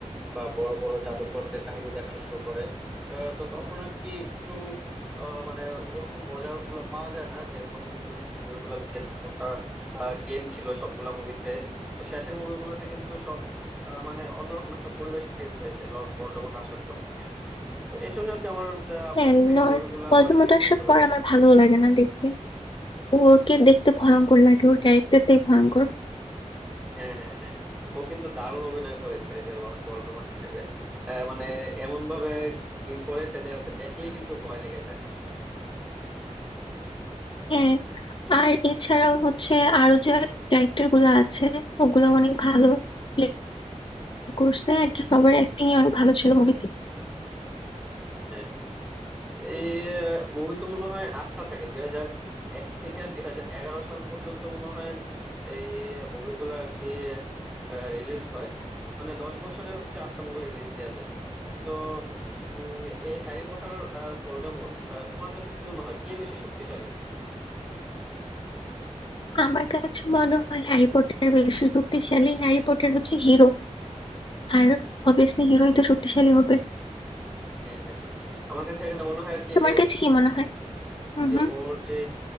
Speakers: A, in the centre; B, on the left (about 40°).
A: বা বড় বড় জাদুকরদের কাহিনী দেখানো শুরু করে আহ, তো তখন আর কি একটু আহ, মানে ওরকম মজা গুলো পাওয়া যায় না যে প্রথম মুভিগুলোতে যেরকম একটা গেম ছিল সবগুলা মুভিতে তো শেষের মুভিগুলোতে কিন্তু সব আহ, মানে অন্যরকম একটা পরিবেশ ক্রিয়েট হয়ে যায় লর্ড ভলডেমর্ট আসার পর থেকে তো এই জন্য আর কি আমার আহ,
B: হ্যাঁ
A: প্রথম দিকের
B: লর্ড
A: মুভিগুলা
B: ভলডেমর্ট
A: অনেক বেশি
B: আসার
A: মজা
B: পর
A: লাগে
B: আমার ভালো লাগে না দেখতে ওরকে দেখতে ভয়ঙ্কর লাগে ওর ক্যারেক্টারটাই ভয়ঙ্কর
A: হ্যাঁ হ্যাঁ হ্যাঁ ও কিন্তু দারুণ অভিনয় করেছে যে লর্ড ভলডেমর্ট হিসেবে আহ, মানে এমন ভাবে কি করেছে যে ওকে দেখলেই কিন্তু ভয় লেগে যায়
B: হ্যাঁ আর এছাড়াও হচ্ছে আরো যে ক্যারেক্টার গুলো আছে ওগুলো অনেক ভালো play করছে আর কি সবার অ্যাক্টিং অনেক ভালো ছিল মুভিতে
A: হ্যাঁ হ্যাঁ। এই মুভি তো মনে হয় আটটা থাকে দুই হাজার এক থেকে দুই হাজার এগারো সাল পর্যন্ত মনে হয় এই মুভিগুলো আর কি রিলিজ হয় মানে দশ বছরে হচ্ছে আটটা মুভি রিলিজ দেওয়া দেয় তো উম, এই হ্যারি পটার আর ভোল্ডেমর তোমার কাছে কি মনে হয় কে বেশি শক্তিশালী
B: আমার কাছে মনে হয় হ্যারি পটার বেশি শক্তিশালী হ্যারি পটার হচ্ছে হিরো আর অবভিয়াসলি হিরোই তো শক্তিশালী হবে
A: হ্যাঁ হ্যাঁ হ্যাঁ আমার কাছে এখানে মনে হয় আর কি
B: তোমার
A: যে
B: কাছে কি মনে হয় হুম
A: এই যে
B: হুম
A: ওর যে